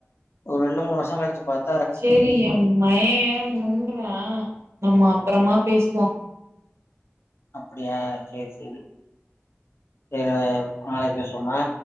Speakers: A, on the left; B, on the right.
A: ஒரு ரெண்டு மூணு வருஷம் கழிச்சு பாத்
B: சரி என்ம்மயன் முண்றான் நம்ம அப்புறமா பேசுவோம்
A: அப்புடியா சேரி சேரி சேரி நாளைக்கு பேசுவோமா